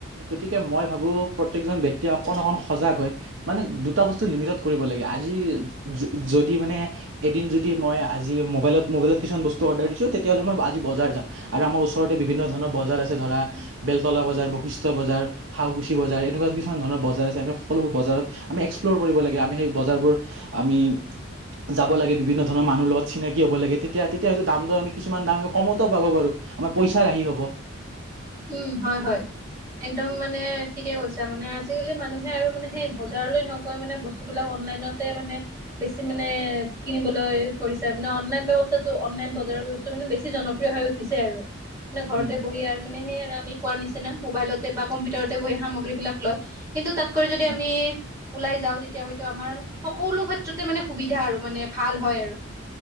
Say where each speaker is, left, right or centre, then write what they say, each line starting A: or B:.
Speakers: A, on the right (about 60°); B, on the right (about 15°).
A: গতিকে মই ভাবো প্ৰত্যেকজন ব্যক্তিয়ে অকন অকন সজাগ হয় মানে দুটা বস্তু লিমিট কৰিব লাগে আজি যদি মানে এদিন যদি মই আজি মোবাইলত মোবাইলত কিছুমান বস্ত অৰ্ডাৰ দিছো তেতিয়াহ'লেই আজি বজাৰ যাম আৰু আমাৰ ওচৰতে বিভিন্ন ধৰণ বজাৰ আছে ধৰা বেলতলা বজাৰ বৈশিষ্ঠ বজাৰ শালকুছি বজাৰ এনেকুৱা কিছুমান ধৰণৰ বজাৰ আছে আমি সকলোবোৰ বজাৰ আমি এক্সপ্ল'ৰ কৰিব লাগে আমি সেই বজাৰবোৰ আমি যাব লাগে বিভিন্ন ধৰণৰ মানুহৰ লগত চিনাকি হ'ব লাগে তেতিয়া তেতিয়া হলে দাম দৰ আমি কিছুমান দাম আমি কমতো পাব পাৰো আমাৰ পইচা ৰাহি হ'ব
B: উম হয় হয় একদম মানে ঠিকে কৈছা মানে আজিকালি মানুহে আৰু মানে সেই বজাৰলৈ নগৈ মান বস্তু এইবিলাক অনলাইনতে মানে বেছি এ কিনিবলৈ কৰিছে মানে অনলাইনটো হৈছে টো অনলাইন বজাৰৰ বস্ত মানে বেছি জনপ্ৰিয় হৈ উঠিছে আৰু মানে ঘৰতে
A: উম, উম,
B: বহি আৰু মানে সেই আৰু আমি নিচিনা মবাইলতে বা কম্পিউাৰতে বহি সামগ্ৰী বিলাক লয় কিন্তু তাত - কৈ যদি
A: হয়।
B: আমি ওলাই যাওঁ তেতিয়া হয়তো আমাৰ সকলো ক্ষেত্ৰতে মানে সুবিধা আৰু মানে ভাল হয় আৰু।